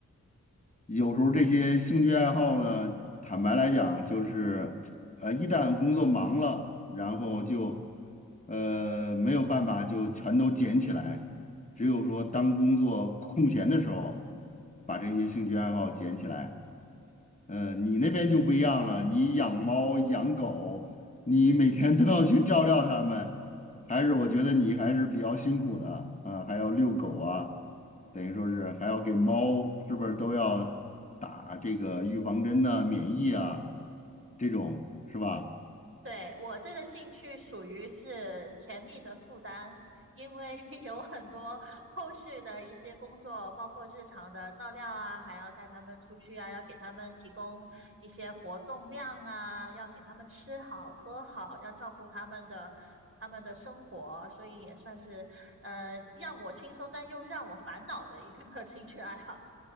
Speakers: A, on the left; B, on the right.
A: 有时候这些兴趣爱好呢，坦白来讲，就是，呃，一旦工作忙了，然后就，呃，没有办法就全都捡起来，只有说当工作空闲的时候，把这些兴趣爱好捡起来。呃，你那边就不一样了，你养猫养狗，你每天都要去照料它们，还是我觉得你还是比较辛苦的啊，还要遛狗啊，等于说是还要给猫，是不是都要打这个预防针呐、免疫啊，这种是吧？
B: 对，我这个兴趣属于是甜蜜的负担，因为 <laughs> 有很多后续的一些工作，包括日常的照料啊，还要带他们出去啊，要给他们提供一些活动量啊，要给他们吃好喝好，要照顾他们的他们的生活，所以也算是呃让我轻松但又让我烦恼的一个 <laughs> 兴趣爱好。